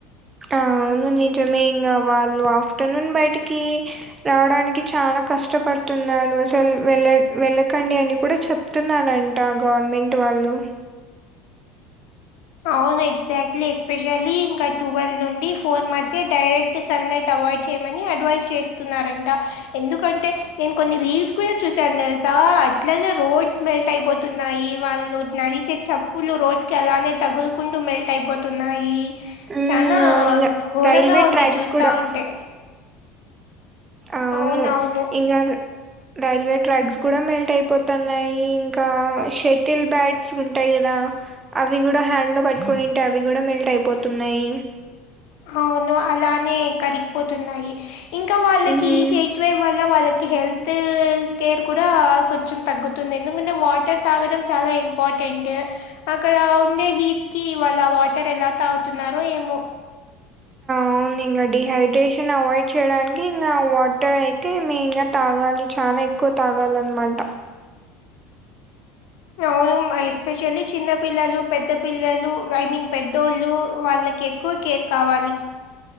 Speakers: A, on the right (about 25°); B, on the left (about 70°).
A: ఆ అవును నింజమే ఇంగ వాళ్ళు ఆఫ్టర్నూన్ బయటికి రావడానికి చాలా కష్టపడుతున్నారు అసలు వెళ్ళ వెళ్ళకండి అని కూడా చెప్ ప్తున్నారంట గవర్నమెంట్ వాళ్ళు
B: అవును ఎగ్జాక్ట్లీ ఎస్పెషలీ ఇంకా ట్వెల్వ్ నుండి ఫోర్ మధ్ అయితే డైరెక్ట్ సన్ లైట్ అవాయిడ్ చేయమని అడ్వైజ్ చేస్తున్నారంట ఎందుకంటే నేను కొన్ని రీల్స్ కూడా చూసాను తెలుసా అట్లనే రోడ్స్ మెల్ట్ అయిపోతున్నాయి వాళ్ళు నడి ఇచ్చే చెప్పులు రోజు కలానే తగులుకుంటూ మెల్ట్ అయిపోతున్నాయి
A: హ్మ్.
B: చనా
A: అవునింగ
B: ఘోరంగా
A: రైల్వే
B: ఉంది
A: ట్రాక్స్
B: చూస్తా
A: కూడా
B: ఉంటే
A: అవును
B: అవునవును.
A: ఇంగారు రైల్వే ట్రాక్స్ కూడా మెల్ట్ అయిపోతన్నాయి ఇంకా షటిల్ బ్యాట్స్ ఉంటాయి కదా అవి కూడా హ్యాండ్ లో పట్టుకొనింటే అవి కూడా మెల్ట్ అయిపోతున్నాయి
B: అవును అలానే కరిగిపోతున్నాయి ఇంకా వాళ్ళకి
A: హ్మ్.
B: హే ట్వేవ్ వల్ల వాళ్ళకి హెల్త్ కేర్ కూడా కొంచెం తగ్గుతుంది ఎందుకంటే వాటర్ తాగడం చాలా ఇంపార్టెంట్ అక్కడ ఉండే హీట్ కి వాళ్ళ వాటర్ ఎలా తాగుతున్నారో ఏమో
A: అవును ఇంగా డిహైడ్రేషన్ అవాయిడ్ చేయడానికి ఇంకా వాటర్ అయితే మెయిన్ గా తాగాలి చానా ఎక్కువ తాగాలన్నమాట
B: అవును మా ఎస్పెషల్లీ చిన్న పిల్లలు పెద్ద పిల్లలు ఐ మీన్ పెద్దోళ్ళు వాళ్ళకి ఎక్కు కేర్ కావాలి